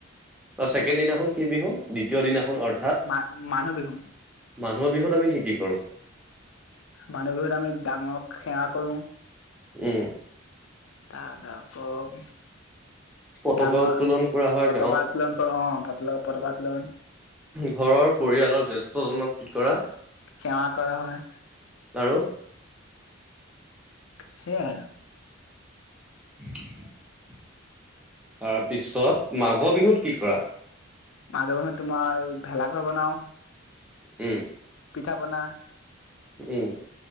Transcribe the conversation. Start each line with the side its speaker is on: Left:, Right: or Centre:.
Centre: তা ছেকেণ্ড দিনাখন কি বিহু? দ্বিতীয় দিনাখন অৰ
Left: মা-মানুহ বিহু।
Centre: মানুহৰ বিহুত আমি কি কি কৰোঁ?
Left: মানুহ বিহুত আমি ডাঙৰক সেৱা কৰোঁ।
Centre: এয়ে।
Left: তাক আকৌ-
Centre: পতকা
Left: ডাঙৰ
Centre: উত্তোলন কৰা হয়
Left: পতকা
Centre: গাঁৱত
Left: উত্তোলন কৰোঁ অঁ', পতকা উত্তোলন।
Centre: ঘৰৰ পৰিয়ালৰ জেষ্ঠজনক কি কৰা?
Left: সেৱা কৰা হয়।
Centre: আৰু?
Left: সেয়া আৰু।
Centre: <inaudible> তাৰপিছত, মাঘৰ বিহুত কি কৰা?
Left: মাঘৰ বিহুত তোমাৰ, ভেলাঘৰ বনাওঁ।
Centre: উমঁ।
Left: পিঠা-পনা-
Centre: উমঁ।